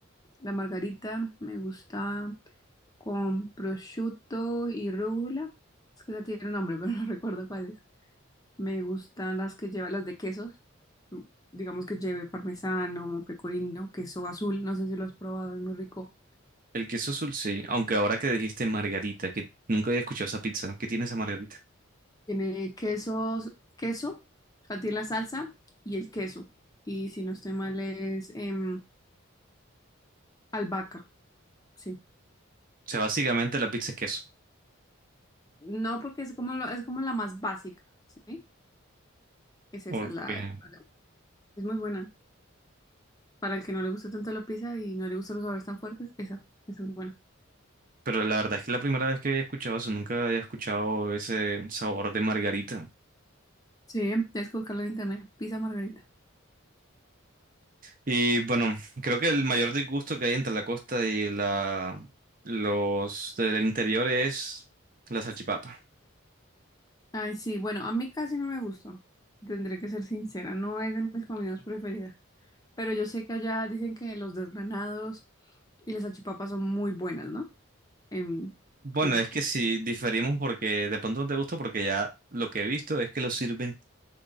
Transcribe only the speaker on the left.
la margarita, me gusta con prosciutto y rúcula. Es que esa tiene un nombre, pero no <laughs> recuerdo cuál es. Me gustan las que lleva las de quesos. Digamos que lleve parmesano, pecorino, queso azul, no sé si lo has probado, es muy rico.
Tiene quesos, queso, o sea, tiene la salsa y el queso. Y si no estoy mal es em, albahaca, sí.
No, porque es como, lo- es como la más básica, ¿sí? Es
esa, la, es muy buena. Para el que no le guste tanto la pizza y no le gustan los sabores tan fuertes, esa, esa es buena.
Sí, tienes que buscarla en internet, pizza margarita.
Ay, sí, bueno, a mí casi no me gustó. Tendré que ser sincera, no es de mis comidas preferidas. Pero yo sé que allá dicen que los desgranados Y las salchipapas son muy buenas, ¿no? En,
en la
cosa.